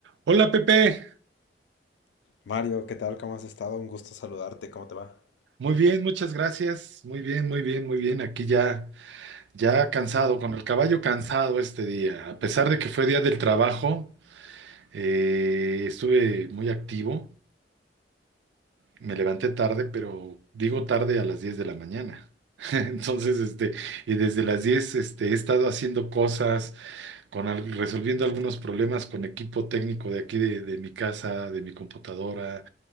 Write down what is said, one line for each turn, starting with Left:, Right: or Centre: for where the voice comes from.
Right: Hola Pepe,
Left: Mario, ¿qué tal? ¿Cómo has estado? Un gusto saludarte. ¿Cómo te va?
Right: muy bien, muchas gracias. Muy bien, muy bien, muy bien. Aquí ya, ya cansado, con el caballo cansado este día. A pesar de que fue día del trabajo, eh, estuve muy activo. Me levanté tarde, pero digo tarde a las 10 de la mañana. <laughs> Entonces, este, y desde las 10 este, he estado haciendo cosas, con al- resolviendo algunos problemas con equipo técnico de aquí de, de mi casa, de mi computadora.